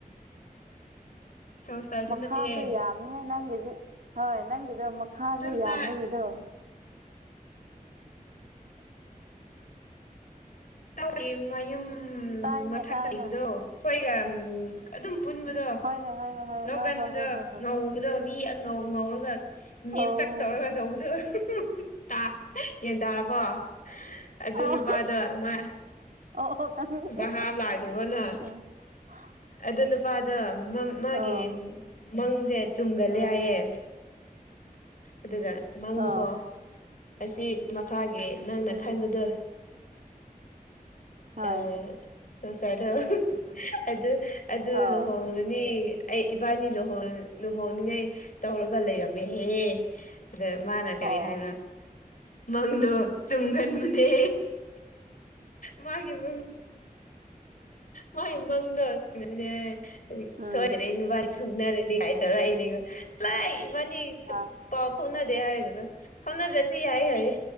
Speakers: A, on the right; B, on the left.
A: <inaudible>
B: ꯁꯪꯁꯇꯔꯗꯨ
A: ꯃꯈꯥꯁꯨ
B: ꯅꯠꯇꯦꯍꯦ
A: ꯌꯥꯝꯃꯤꯍꯦ ꯅꯪꯒꯤꯗꯤ ꯍꯣꯏ ꯅꯪꯒꯤꯗꯣ ꯃꯈꯥꯁꯨ
B: ꯁꯪꯁꯇꯔ
A: ꯌꯥꯝꯕꯒꯤꯗꯣ
B: ꯇꯧꯒꯤ ꯃꯌꯨꯝ
A: ꯇꯥꯏꯅꯦ
B: ꯃꯊꯛ
A: ꯇꯥꯏꯅꯦ
B: ꯇ ꯂꯩꯕꯗꯣ ꯑꯩꯈꯣꯏꯒ ꯑꯗꯨꯝ ꯄꯨꯟꯕꯗꯣ
A: ꯍꯣꯏꯅꯦ ꯍꯣꯏꯅꯦ ꯍꯣꯏꯅꯦ
B: ꯅꯣꯛꯒꯟꯕꯗ
A: ꯑ ꯍꯣ ꯍꯣ ꯍꯣ ꯍꯣ
B: ꯉꯧꯕꯗꯣ ꯃꯤ ꯑꯉꯧ ꯉꯧꯔꯒ ꯅꯦꯝꯇꯛ
A: ꯑꯧ
B: ꯇꯧꯔꯒ ꯇꯧꯕꯗꯣ <unintelligible> ꯇꯥ ꯌꯦꯟꯇꯥꯔꯕꯣ ꯑꯗꯨ
A: ꯑꯣ
B: ꯅꯨꯄꯥꯗꯣ ꯃꯥ
A: ꯑꯣ ꯑꯣ ꯈꯪꯉꯦ
B: ꯚꯥꯞ ꯂꯥꯛꯇ꯭ꯔꯕꯣ ꯅꯪ
A: <unintelligible>
B: ꯑꯗꯨ ꯅꯨꯄꯥꯗꯣ ꯃꯥꯒꯤ
A: ꯑꯣ
B: ꯃꯪꯁꯦ ꯆꯨꯝꯒꯜꯂꯦ
A: ꯑꯥ
B: ꯍꯥꯏꯌꯦ ꯑꯗꯨꯒ ꯃꯪꯗꯨꯀꯣ
A: ꯑꯣ
B: ꯑꯁꯤ ꯃꯈꯥꯒꯤ ꯅꯪꯅ
A: ꯎꯝ
B: ꯈꯟꯕꯗꯣ
A: ꯍꯣꯏ
B: ꯑ ꯁꯣꯁꯔꯗꯣ ꯑꯗꯨ ꯑꯗꯨ
A: ꯑꯧ
B: ꯂꯨꯍꯣꯡꯉꯅꯤ ꯑꯩ ꯏꯕꯥꯟꯅꯤ ꯂꯨꯍꯣꯡ ꯂꯨꯍꯣꯡꯅꯤꯡꯉꯥꯏ ꯇꯧꯔꯒ ꯂꯩꯔꯝꯃꯦ ꯍꯥꯢꯑꯦ ꯗꯨ ꯃꯥꯅ ꯀꯔꯤ
A: ꯑꯧ
B: ꯍꯥꯏꯕ꯭ꯔꯥ ꯃꯪꯗꯣ ꯆꯨꯝꯒꯟꯕꯅꯦ ꯃꯥꯒꯤ ꯃꯪ ꯃꯥꯏ ꯃꯪꯗꯣ ꯆꯨꯝꯒꯟꯕꯅꯦ ꯍꯥꯢꯌꯦ
A: ꯎꯝ
B: ꯁꯣꯢꯗꯔꯦ ꯅꯣꯢꯕꯥ ꯊꯨꯡꯅꯔꯅꯤ ꯀꯥꯏ ꯇꯧꯔꯛꯏꯅꯤꯒꯣ ꯆꯣꯢ ꯏꯕꯥꯅꯤ
A: ꯑꯥ
B: ꯄꯥꯎ ꯐꯥꯎꯅ ꯗꯦ ꯍꯥꯢꯔꯒ ꯀꯣ ꯐꯥꯎꯅꯗ꯭ꯔꯁꯨ ꯌꯥꯏ ꯍꯥꯏꯌꯦ